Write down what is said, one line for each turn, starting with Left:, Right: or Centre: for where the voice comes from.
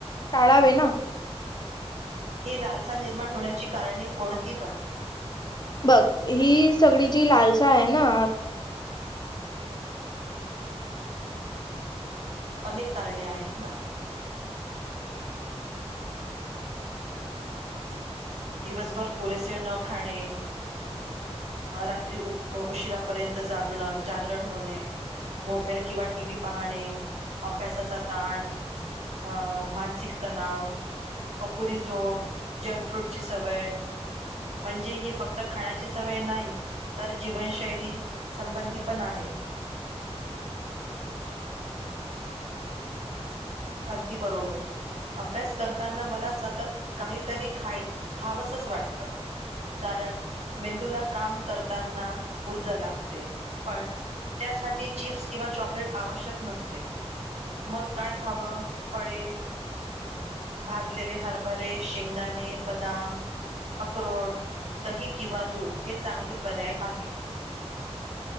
Left: टाळावे ना.
Right: ही लालसा निर्माण होण्याची कारणे कोणती पण?
Left: बघ ही सगळी जी लालसा आहे ना
Right: अनेक कारणे आहेत ना. दिवसभर पुरेसे न खाणे. रात्री उ उशिरापर्यंत जागण जागरण होणे. मोबाईल किंवा टी. व्ही पाहणे, अभ्यासाचा ताण अ मानसिक तणाव, अपुरी झोप, जंक फ्रूट ची सवय म्हणजे ही फक्त खाण्याची सवय नाही. तर जीवनशैली संबंधी पण आहे. अगदी बरोबर. अभ्यास करताना मला सतत काहीतरी खायची खावसच वाटतं. कारण मेंदूला काम करताना ऊर्जा लागते पण त्यासाठी चिप्स किंवा चॉकलेट आवश्यक नसते. मग काय खावं फळे भाजलेले हरभरे, शेंगदाणे, बदाम, अक्रोड, दही, किंवा दूध हे चांगले पर्याय आहेत.